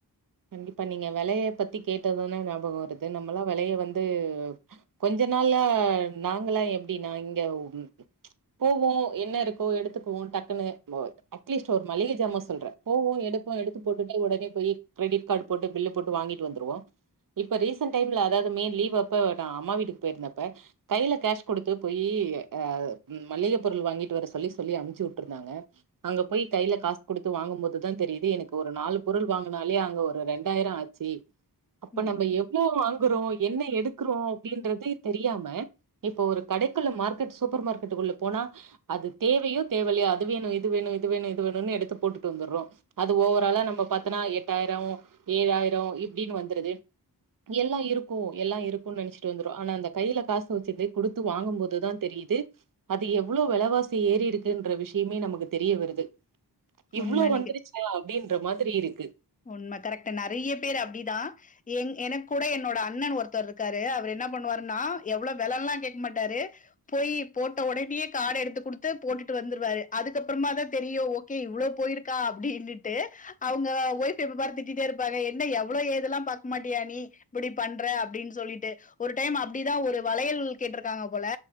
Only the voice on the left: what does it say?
ம்
ம்
உண்ம
நீங்க
உண்ம கரெக்ட் நறைய பேர் அப்டிதா எங் எனக்கூட என்னோட அண்ணன் ஒருத் ஒத்தர் இருக்காரு அவர் என்ன பண்ணுவாருன்னா எவ்ள வெலல்லாம் கேட்க மாட்டாரு போய் போட்ட உடனயே கார்ட் எடுத்து குடுத்து போட்டுட்டு வந்துருவாரு அதுக்கப்றமா தா தெரியும் கே இவ்ள போயிருக்கா அப்டின்னுட்டு அவங்க ஒய் எப்ப பாரு திட்டிட்டே இருப்பாக என்ன எவ்ள ஏதெல்லா பாக்க மாட்டியா நீ இப்டி பண்ற அப்டின்னு சொல்லிட்டு ஒரு டைம் அப்டிதா ஒரு வளையல் கேட்ருக்காங்க போல